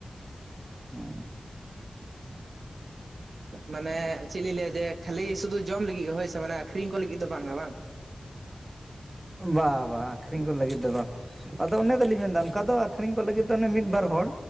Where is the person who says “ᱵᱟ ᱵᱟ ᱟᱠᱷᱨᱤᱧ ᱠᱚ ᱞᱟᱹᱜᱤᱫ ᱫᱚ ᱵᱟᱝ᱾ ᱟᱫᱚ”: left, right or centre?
Right